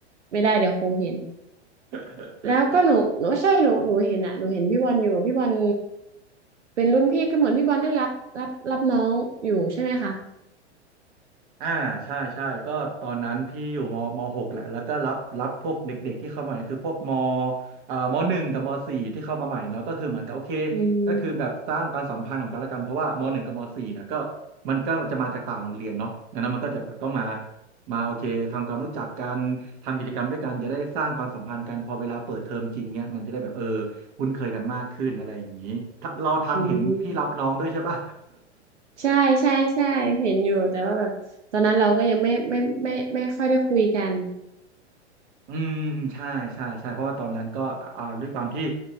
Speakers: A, on the right; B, on the right.
A: ไม่ได้เดี๋ยวครูเห็น
B: <laughs>
A: แล้วก็หนูหนูใช่หนูหนูเห็นอะหนูเห็นพี่บอลอยู่พี่บอลเป็นรุ่นพี่ก็เหมือนพี่บอลได้รับรับรับน้องอยู่ใช่ไหมคะ
B: อ่าใช่ใช่ก็ตอนนั้นพี่อยู่มมหกแหละแล้วก็รับรับพวกเด็กๆที่เข้ามาใหม่คือพวกมเอ่อมหนึ่งกับมสี่ที่เข้ามาใหม่เนาะก็คือเหมือนกับโอเค
A: อืม
B: ก็คือแบบสร้างความสัมพันธ์ของกันและกันเพราะว่ามหนึ่งกับมสี่เนี่ยก็มันก็จะมาจากต่างโรงเรียนเนาะดังนั้นมันก็จะแบบต้องมามาโอเคทำความรู้จักกันทำกิจกรรมด้วยกันจะได้สร้างความสัมพันธ์กันพอเวลาเปิดเทอมจริงเนี่ยมันจะได้แบบเออคุ้นเคยกันมากขึ้นอะไรอย่างนี้ถ้าเราทันเห็นพี่รับน้องด้วยใช่ปะ
A: อืมใช่ใช่ใช่เห็นอยู่แต่ว่าแบบตอนนั้นเราก็ยังไม่ไม่ไม่ไม่ไม่ค่อยได้คุยกัน
B: อืมอืมใช่ใช่ใช่เพราะว่าตอนนั้นก็อ่าด้วยความที่